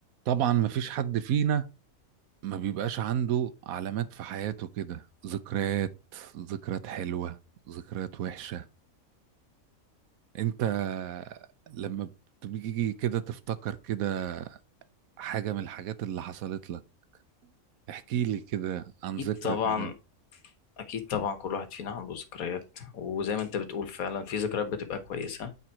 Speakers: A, on the right; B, on the left.
A: طبعا مفيش حد فينا ما بيبقاش عنده علامات في حياته كده ذكريات ذكريات حلوة ذكريات وحشة انت لما بتيجي كده تفتكر كده حاجة من الحاجات اللي حصلت لك احكي لي كده عن ذكرى
B: اكيد طبعا
A: كده
B: اكيد طبعا كل واحد فينا عنده ذكريات وزي ما انت بتقول فعلا في ذكريات بتبقى كويسة